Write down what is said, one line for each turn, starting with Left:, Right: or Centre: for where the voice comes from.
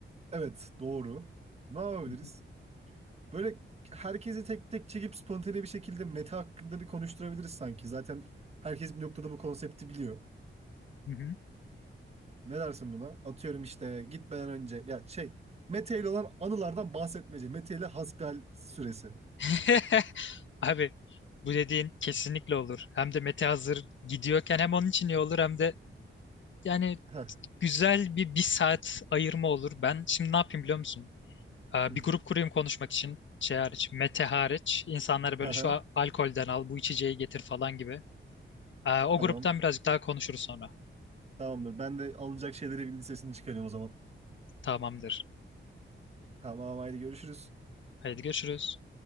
Right: Evet, doğru. Ne yapabiliriz?
Left: Hı hı.
Right: Böyle herkesi tek tek çekip spontane bir şekilde meta hakkında bir konuşturabiliriz sanki. Zaten herkes bir noktada bu konsepti biliyor.
Left: Hı hı.
Right: Ne dersin buna? Atıyorum işte gitmeden önce ya şey Mete ile olan anılardan bahsetmece. Mete ile hasbihal süresi.
Left: <laughs> Abi bu dediğin kesinlikle olur. Hem de Mete hazır gidiyorken hem onun için iyi olur hem de yani
Right: Heh.
Left: güzel bir bir saat ayırma olur. Ben şimdi ne yapayım biliyor musun? Ee,
Right: <laughs>
Left: bir grup kurayım konuşmak için şey hariç, Mete hariç. İnsanları böyle
Right: Aha,
Left: şu alkolden al, bu içeceği getir falan gibi. Ee, o
Right: tamam.
Left: gruptan birazcık daha konuşuruz sonra.
Right: Tamamdır. Ben de alınacak şeyleri bir listesini çıkarıyorum o zaman.
Left: Tamamdır.
Right: Tamam haydi görüşürüz.
Left: Haydi görüşürüz.